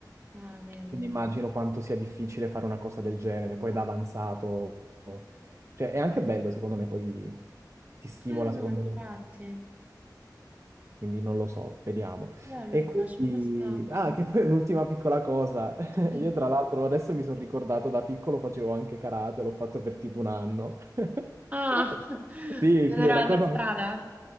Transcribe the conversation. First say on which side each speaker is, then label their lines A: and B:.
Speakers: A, on the right (about 20°); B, on the right (about 40°).
A: Ah, vedi.
B: Quindi immagino quanto sia difficile fare una cosa del genere, poi da avanzato. Cioè, è anche bello, secondo me, poi ti stimola,
A: Eh, no,
B: secondo
A: infatti.
B: me. Quindi non lo so, vediamo.
A: Bello,
B: E
A: però
B: quindi,
A: c'è questa...
B: ah, che poi un'ultima piccola cosa. <laughs>
A: Sì.
B: Io tra l'altro adesso mi sono ricordato da piccolo facevo anche karate, l'ho fatto per tipo un anno. <laughs>
A: Ah, <laughs>
B: Sì,
A: non
B: sì,
A: era
B: è una
A: la
B: cosa...
A: tua strada?